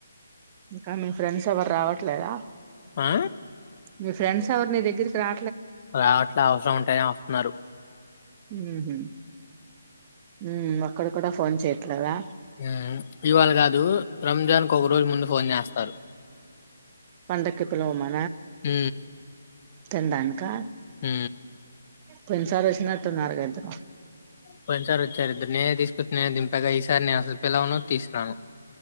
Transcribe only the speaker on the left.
ఆ
రావట్లే అవసరం ఉంటనే వస్తున్నారు.
హ్ ఇవాళ కాదు రంజాన్కు ఒకరోజు ముందు ఫోన్ చేస్తారు.
హ
హ
కొన్నిసారి వచ్చారు ఇద్దరు నేనే తీసుకుచ్చ నేనే దంగా ఈసారి నేను అసలు పిలను తీసన్నాను